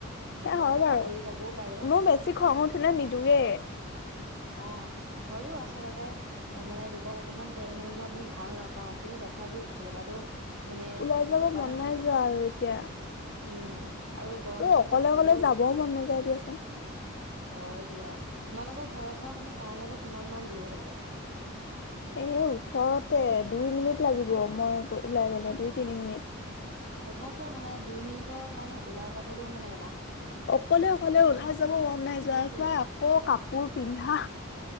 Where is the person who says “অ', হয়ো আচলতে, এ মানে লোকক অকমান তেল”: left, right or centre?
Right